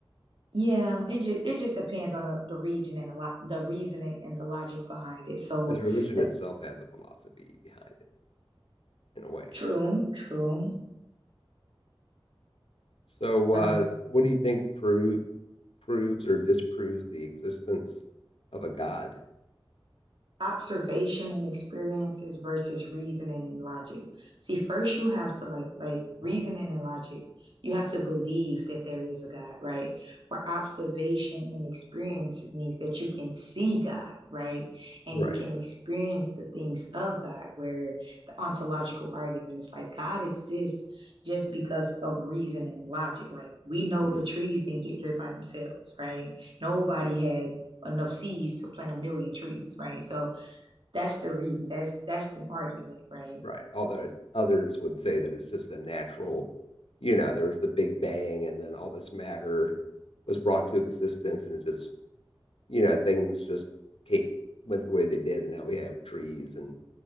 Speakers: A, on the right; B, on the left.
A: Yeah, it just it just depends on the, the region and a lot the reasoning and the logic behind it. So,
B: because religion
A: the,
B: itself has a philosophy behind it in a way.
A: true, true.
B: So,
A: Uh,
B: uh, what do you think pro proves or disproves the existence of a God?
A: observation and experiences versus reasoning and logic. See, first you have to like like reasoning and logic. You have to believe that there is a God, right? Where observation and experience means that you can see God, right? And
B: Right.
A: you can experience the things of God, where the ontological argument is like God exists just because of reason and logic. Like we know
B: Hmm.
A: the trees didn't get here by themselves, right? Nobody had enough seeds to plant a million trees, right? So that's the reason. That's that's an argument, right?
B: Right. Although others would say that it's just a natural, you know, there was the Big Bang and then all this matter was brought into existence and it just, you know, things just ca- went the way they did. And now we have trees and